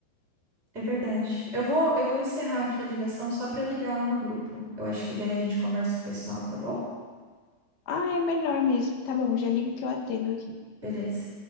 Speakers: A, on the right (about 15°); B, on the left (about 75°).
A: É verdade. Eu vou, eu vou encerrar aqui a ligação só para ligar lá no grupo. Eu acho que daí a gente conversa com o pessoal, tá bom?
B: Ah, é melhor mesmo. Tá bom, já liga que eu atendo aqui.
A: Beleza.